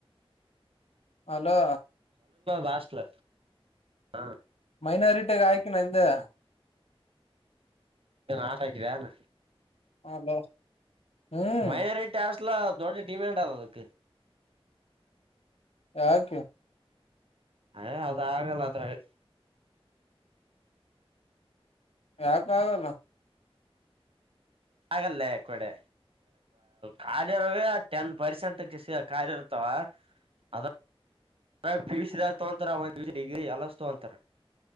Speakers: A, on the left; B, on the right.
A: ಹಲೋ
B: ಹಾಸ್ಟೆಲ್ ಹಾ
A: ಮೈನಾರಿಟ್ಯಾಗ ಹಾಕಿನಿ ಅಂದೆ
B: ಹಾಡಾಗಿದೆ ಏನು
A: <unintelligible> ಹ್ಮ್
B: ಮೈನಾರಿಟಿ ಹಾಸ್ಟೆಲ್ ದೊಡ್ಡ ಡಿಮ್ಯಾಂಡ್ ಅದಕ್ಕೆ
A: ಯಾಕೆ
B: ಎ ಅದು ಆಗಲ್ಲ ಅದರಾಗೆ
A: ಯಾಕ ಆಗಲ್ಲ
B: ಹಾಗಗಲ್ಲೇ ಕೋಡಿ ಕಾಲಿ ಇರೋದೆ ಟೆನ್ ಪರ್ಸೆಂಟ್ ಖಾಲಿ ಇರ್ತವಾ ಅ <unintelligible> ಪಿಯುಸಿದಾಗ ತಗೋತಾರೆ ಮತ್ತು ಎಲ್ಲ ಡಿಗ್ರಿ ಏರ್ಲೈನ್ಸ್ ತೊಗೊಂತಾರ